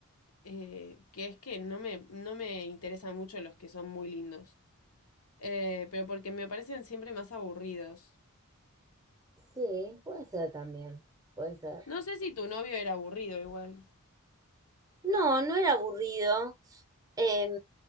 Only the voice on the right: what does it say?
Sí, puede ser también, puede ser.
No, no era aburrido. Em,